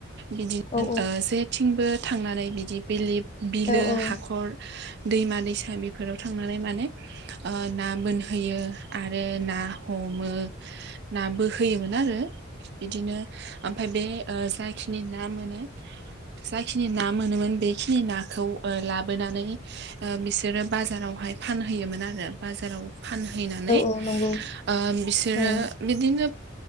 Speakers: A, on the right; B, on the left.
A: बिदिनो
B: औ
A: ओ जेथिंबो थांनानै बिदि बेलिब बिलो
B: औ
A: हाखर
B: औ
A: दैमा दैसा बेफोराव थांनानै माने ओ ना बोनहोयो, आरो ना हमो ना बोहोयोमोन आरो बिदिनो ओमफ्राय बे जाय खिनि ना मोनो जाखिनि ना मोनोन बेखिनि नाखौ ला बोनानै बिसोरो बाजारावहाय फानहैयोमोन आरो बाजाराव फान फैनानै
B: औ नंगौ
A: ओ बिसोरो
B: औ
A: बिदिनो